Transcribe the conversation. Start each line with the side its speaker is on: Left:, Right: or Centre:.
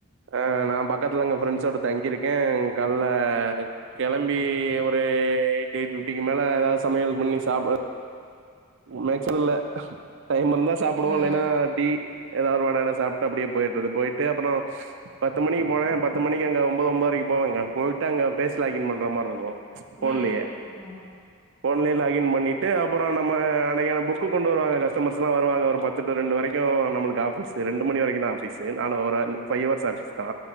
Right: ஆ நா பக்கத்துல இங்க ஃப்ரெண்ட்ஸோட தங்கிருக்கே கால்ல கெளம்பி ஒரு எயிட் எயிட் ஃபிஃப்டிக்கு மேல எதாவ் சமையல் பண்ணி சாப்பு மேக்ஸிமம் இல்ல டைம் இருந்தா சாப்டுவோ
Left: ம்
Right: இல்லன்னா டீ எதாவ் வட கிட சாப்ட்டு அப்டியே போயிட்டுறது போயிட்டு அப்பறோ பத்து மணிக்கு போனேனா பத்து மணிக் குள்ள ஒம்போது ஒம்போதரைக்கு போவங்க போய்ட்டு அங்க ஃபேஸ் லாகின் பண்ற மாருக்கு ஃபோன்லயே
Left: ம் ம்
Right: ஃபோன்லயே லாகின் பண்ணிட்டு அப்பறோ நம் ம அனைக்கான புக்கு கொண்டு வருவாங்க கஸ்டமர்ஸ் எல்லா வருவாங்க ஒரு பத்து டூ ரெண்டு வரைக்கு நம்ளுக்கு ஆஃபீஸ் ஒ ரெண்டு மணி வரைக்குதா ஆஃபீஸு நானு ஒரு ஃபைவ் ஹவர்ஸ் ஆஃபீஸ் தா